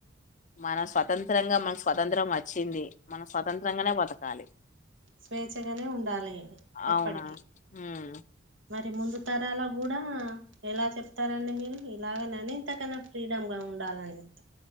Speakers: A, on the left; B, on the right.
A: మన స్వతంత్రంగా మనకు స్వతంత్రం వచ్చింది. మనం స్వతంత్రంగానే బతకాలి.
B: స్వేచ్ఛగానే ఉండాలి ఎప్పటికిీ
A: అవునా ఉమ్.
B: మరి ముందు తరాల కూడా ఎలా చెప్తారండి మీరు? ఇలాగెనన ఇంతకన్నా ఫ్రీడమ్ గా ఉండాలని చెప్